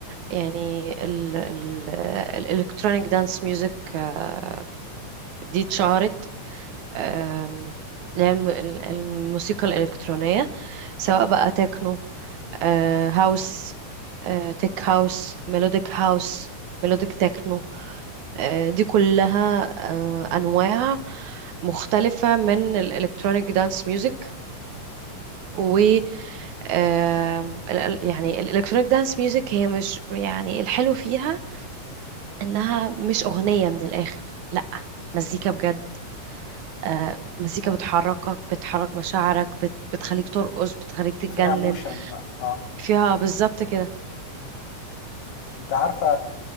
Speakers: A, on the right; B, on the left.
A: يعني ال ال الالكترونيك دانس ميوزك آه، دي اتشهرت آم، اللي هي الم- ال- الموسيقى الإلكترونية سواء بقى تكنو آه، هاوس آه، تك هاوس ميلوديك هاوس ميلوديك تكنو آه، دي كلها آه، أنواع مختلفة من الإلكترونيك دانس ميوزك و آم، ال- ال- يعني الإلكترونيك دانس ميوزك هي مش يعني الحلو فيها إنها مش أغنية من الآخر لأ مزيكا بجد آه، مزيكا بتحركك بتحرك مشاعرك بت... بتخليك
B: مم.
A: ترقص بتخليك تتجنن
B: فيها موشن بقى اه
A: فيها بالظبط كده
B: مم. انت عارفة